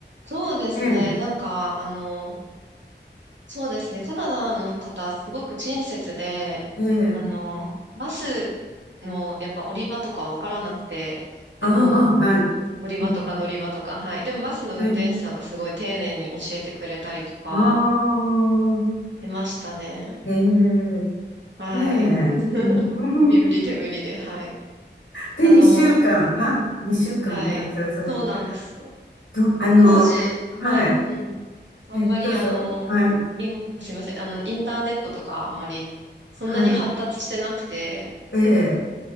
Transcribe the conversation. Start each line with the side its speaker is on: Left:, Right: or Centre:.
Right: そうですね。
Left: ね
Right: なんか、あの、そうですね。カナダの方、すごく親切で、
Left: え、ええ。
Right: あの、バスの、やっぱ降り場とかわからなくて、
Left: ああ、
Right: でも、
Left: はい。
Right: 降り場とか乗り場とか、
Left: うん、
Right: はい。でもバスの運転手さんがすごい丁寧に教えてくれたりとか、
Left: えー、ああ、
Right: 出ましたね。
Left: えー、ね
Right: はい。
Left: え、
Right: <laughs>
Left: うん、
Right: 身振り手振りで、はい。
Left: で、
Right: あの、
Left: 2週間、はい、2週間滞在されて、
Right: はい。そうなんですよ。
Left: ど、あの、
Right: 当時、はい。
Left: はい、
Right: うん。あんまりあの、
Left: えー、どうぞ、はい、
Right: イン、すいません。あの、インターネットとかあんまりそんなに発達してなくて、
Left: はい、ええ、